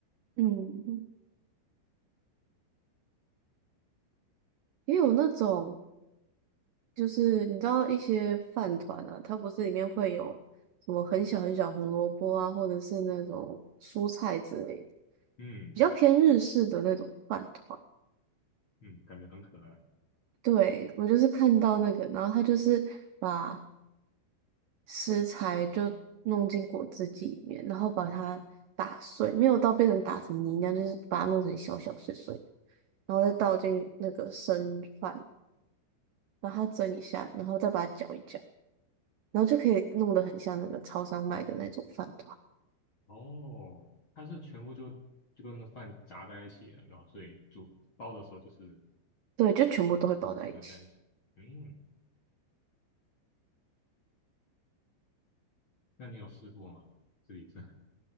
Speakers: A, on the right; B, on the left.
A: 嗯，也有那种就是你知道一些饭团啊，它不是里面会有什么很小很小红萝卜啊，或者是那种蔬菜之类的，
B: 嗯
A: 比较偏日式的那种饭团。
B: 嗯，感觉很可爱。
A: 对，我就是看到那个，然后他就是把食材就弄进果汁机里面，然后把它打碎，没有到变成打成泥那样，就是把它弄成小小碎碎的，然后再倒进那个生饭，然后它蒸一下，然后再把它搅一搅，然后就可以弄得很像那个超商卖的那种饭团。
B: 哦，它是全部就就跟那个饭炸在一起了，然后所以煮包的时候就是
A: 对，就全部都会包在一起。
B: 混在一起。嗯，那你有试过吗？自己做？